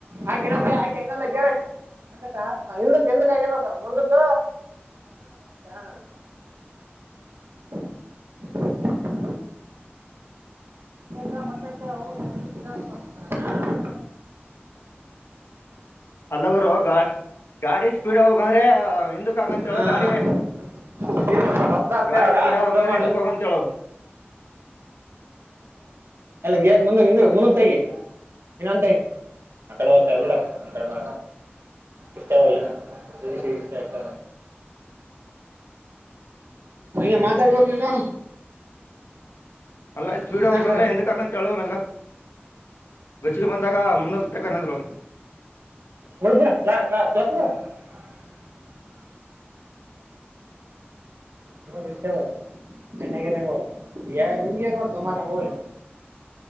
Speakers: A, on the right (about 70°); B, on the left (about 80°).
A: ಆಕೆ ಇನ್ನೊಂದ ಆಕೆ ಇನ್ನೊಂದ <unintelligible> ಅದಕ್ಕ ಹಕ್ ಹಿಂದಕ್ಕ ಆಗಬೇಕ ಮುಂದಕ್ಕ. <unintelligible> ಗ ಮಂದಕ್ಕೆ ಹ ಎಲ್ಲಿನ.
B: ಅಲ್ಲ ಗರುಗ ಗಾಡಿ ಸ್ಪೀಡ್ ಹೋಗಕ್ ಅಂದ್ರೆ ಹಿಂದಕ್ಗಂತ
A: ಹಾ,
B: ಹೇಳ ಗಾಡಿ.
A: ಹಾ. ಇಲ್ಲಿ ಬ- ಬಸ್ ಬರ್ತೀವಿ
B: ಗಾಡಿ
A: ಅವಾಗ
B: ಸ್ಪೀಡ್ ಆಗ್ಬೇಕಬೇಕಂದ್ರೆ
A: ಸ್ಲೋ ಮಾಡು
B: ಎಂದಕ್ ಹೋಗಂತೇಳು.
A: ಗೇರ್ ಮುಂದ ಮುಂದಗ್ ತೇಗಿ ಇನ್ನೊಂದ ತೆಗಿ. ಅಕಡೆ ಹೋಗಿ ಇಡ ಇಡೆಸ ಎಷ್ಟಲ್ಲಷ್ಟಷ್ಟ <unintelligible> <inaudible> ಮಾತಾಡಬೇಕು ನೀನು
B: ಅಲ್ಲಾ ಸ್ಪೀಡ್
A: ಮಾತಾಡ್ತಾರ
B: ಹಬೇಕಂದ್ರೆ ಎಂದಕ್ಕಕಂತ ಹೇಳುವ ಮ್ಯಲ್ಗ. ಗಚ್ಚಿಗೆ ಬಂದಾಗ ಮುನ್ನಲ್ ತಕ್ಕಂದ್ರು.
A: <unintelligible> ತುಂಬ ಇಷ್ಟೇವಲ್ಲ. ಎಣ್ಣಗನೆೇ ಹೋಗ್ಲಿ ನಿಂಗೆ ನೋಡತ ಮಾರ ಹೋಗ್ಲಿ.